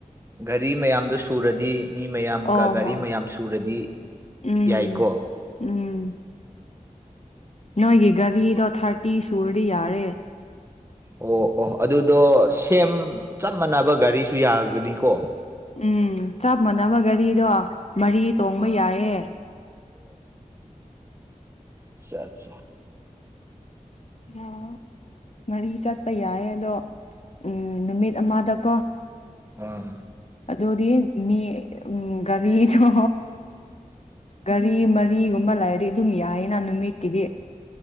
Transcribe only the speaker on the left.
ꯑꯣ
ꯎꯝ
ꯎꯝ ꯅꯣꯏꯒꯤ ꯒꯥꯔꯤꯗꯣ ꯊꯥꯔꯇꯤ ꯁꯨꯔꯗꯤ ꯌꯥꯔꯦ
ꯎꯝ ꯆꯞ ꯃꯥꯟꯅꯕ ꯒꯥꯔꯤꯗꯣ ꯃꯔꯤ ꯇꯣꯡꯕ ꯌꯥꯏꯌꯦ
ꯑ ꯃꯔꯤ ꯆꯠꯄ ꯌꯥꯏ ꯑꯗꯣ ꯎꯝ ꯅꯨꯃꯤꯠ ꯑꯃꯗꯀꯣ
ꯑꯗꯨꯗꯤ ꯃꯤ ꯎꯝ ꯒꯥꯔꯤꯗꯣ ꯒꯥꯔꯤ ꯃꯔꯤꯒꯨꯝꯕ ꯂꯩꯔꯗꯤ ꯑꯗꯨꯝ ꯌꯥꯏꯌꯦꯅ ꯅꯨꯃꯤꯠꯀꯤꯗꯤ